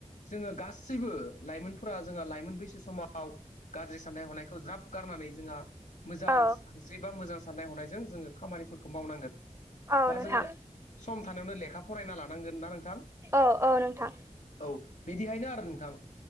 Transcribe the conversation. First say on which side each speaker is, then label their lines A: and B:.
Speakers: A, on the left (about 85°); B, on the right (about 20°).
A: जोङो गासैबो लाइमोनफोर फोर जोंहा लाइमोन बैसो समाव गाज्रि साननाय हनायखौ ज्राब गारनानै जोंहा मोजां
B: औ
A: हिस्रि बा मोजां साननाय हनायजों जोङो खामानिफोरखौ मावनांगोन
B: औ
A: बा
B: नोंथां
A: जोङो सम थानायावनो लेखा फरायना लानांगोन ना नोंथां
B: औ औ नोंथां
A: औ बिदिहायनो आरो नोंथां